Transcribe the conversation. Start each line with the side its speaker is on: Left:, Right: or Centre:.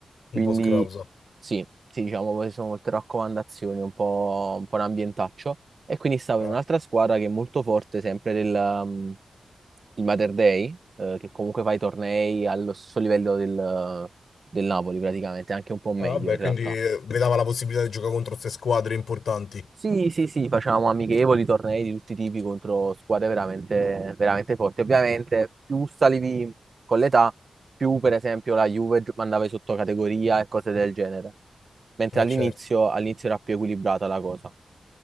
Right: Quindi
Left: Un po' scrausa.
Right: sì, sì, diciamo, poi sono molte raccomandazioni, un po', un po' un ambientaccio. E quindi stavo
Left: Ah,
Right: in un'altra squadra che è molto forte, sempre del um, il Mater Dei, eh, che comunque fa i tornei allo stesso livello del, del Napoli praticamente, anche un po' meglio
Left: ah, vabbè,
Right: in realtà.
Left: quindi eh, vedava la possibilità di giocare contro queste squadre importanti.
Right: Sì, sì, sì, facciamo amichevoli, tornei di tutti i tipi contro squadre veramente, veramente forti. Ovviamente più salivi con l'età, più per esempio la Juve gio- mandava in sottocategoria e cose del genere. Mentre
Left: Eh,
Right: all'inizio
Left: certo.
Right: all'inizio era più equilibrata la cosa.